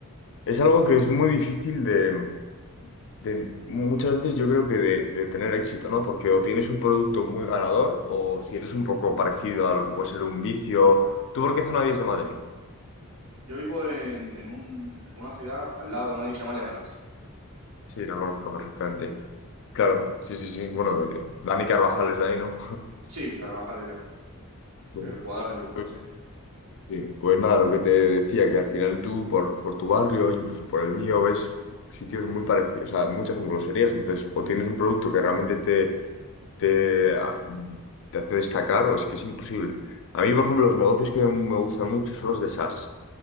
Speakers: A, on the left; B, on the right.
A: Es algo que es muy difícil de, de- muchas veces yo creo que de, de tener éxito, ¿no? Porque o tienes un producto muy ganador o si eres un poco parecido a lo que puede ser un vicio. ¿Tú por qué zona eres de Madrid?
B: Yo vivo en, en un- en una ciudad al lado de Madrid, se llama Leganés.
A: Sí, lo conozco perfectamente. Claro, sí, sí, sí. Bueno, eh, Dani Carvajal es de ahí, ¿no?
B: Sí, Carvajal es de aquí,
A: Sí.
B: el jugador de fútbol,
A: Pues
B: sí.
A: sí, pues nada, lo que te decía, que al final tú por, por tu barrio, incluso por el mío, ves sitios muy parecidos, o sea, muchas hamburgueserías, entonces o tienes un producto que realmente te, te hace destacar o es que es imposible. A mí, por ejemplo, los negocios que me gustan mucho son los de SaaS.